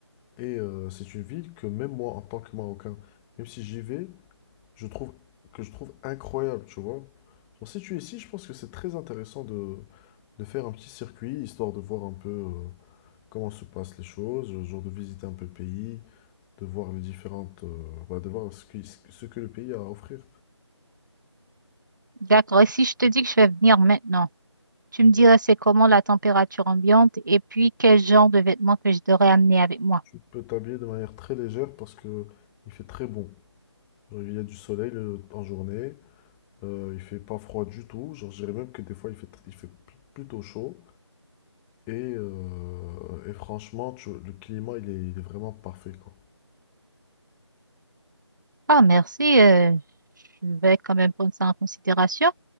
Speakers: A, in the centre; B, on the right (about 40°).
A: Et euh, c'est une ville que même moi, en tant que Marocain, même si j'y vais, je trouve que je trouve incroyable, tu vois. Genre, si tu es ici, je pense que c'est très intéressant de, de faire un petit circuit, histoire de voir un peu. euh, comment se passent les choses, le genre de visiter un peu le pays, de voir les différentes, euh, bah, de voir ce qui- ce que, ce que le pays a à offrir.
B: D'accord. Et si je te dis que je vais venir maintenant? Tu me dirais c'est comment la température ambiante et puis quel genre de vêtements que je devrais amener avec moi.
A: Tu peux t'habiller de manière très légère parce que il fait très bon. Genre, il y a du soleil le- en journée, euh, il fait pas froid du tout. Genre, je dirais même que des fois il fait, tr- il fait pl- plutôt chaud. Et, euh, et franchement, tu- le climat il est, il est vraiment parfait quoi.
B: Ah, merci. euh, je vais quand même prendre ça en considération.